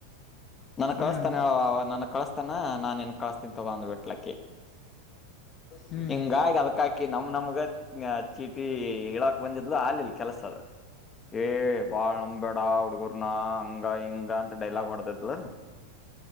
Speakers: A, on the left (about 20°); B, on the left (about 35°).
A: ನನ
B: ಹ್ಞೂ ಹ್ಞೂ
A: ಕಳಿಸತಾನ
B: ಹ್ಞೂ
A: ಹೇಳ ಅವ ನನ. ಕಳಸ್ತಾನ ನಾನು ಏನ್ ಕಳಸ್ತೀನ್ ತಗ ಒಂದು ಬೆಟ್ಲಕ್ಕೆ.
B: ಹ್ಞೂ ಹ್ಞೂ
A: ಹಿಂಗಾಗಿ ಅದಕಾಕಿ ನಮ್ ನಮ್ಗ ಚೀಟಿ ಇಡಕ್ ಬಂದಿದ್ಲು ಆಲಲ್ ಕೆಲ್ಸದ ಏ- ವಾಳ ನಂಬೇಡಾ ಅವಡು. ಣ -ಹಂಗ ಹಿಂಗ ಅಂತ ಡೈಲಾಗ್ ಹೊಡ್ತದ.